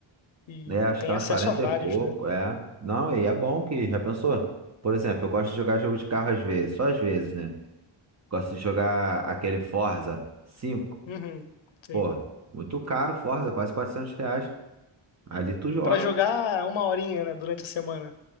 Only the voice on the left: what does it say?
e
tem
acesso
a vários,
né?
Uhum, sei.
E
pra jogar uma horinha, né, durante a semana.